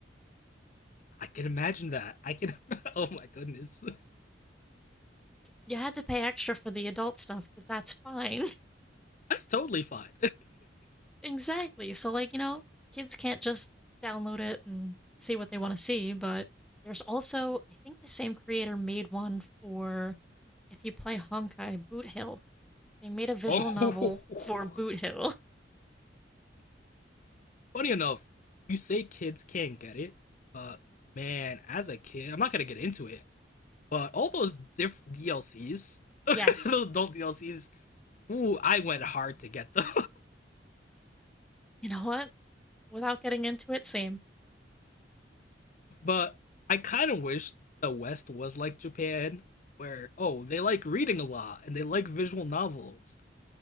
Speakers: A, on the left; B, in the centre.
A: I can imagine that. I can. <laughs> Oh my goodness.
B: You had to pay extra for the adult stuff, but that's fine.
A: That's totally fine.
B: Exactly. So, like, you know, kids can't just download it and see what they want to see, but there's also, I think the same creator made one for if you play Honkai Boot Hill. They made a visual
A: <laughs> oh.
B: novel for Boot Hill. <laughs>
A: Funny enough, you say kids can't get it, but man, as a kid, I'm not gonna get into it. But all those diff DLCs, <laughs>
B: Yes.
A: those adult DLCs, ooh, I went hard to get them.
B: You know what? Without getting into it, same.
A: <laughs> but I kind of wish the West was like Japan, where oh, they like reading a lot and they like visual novels.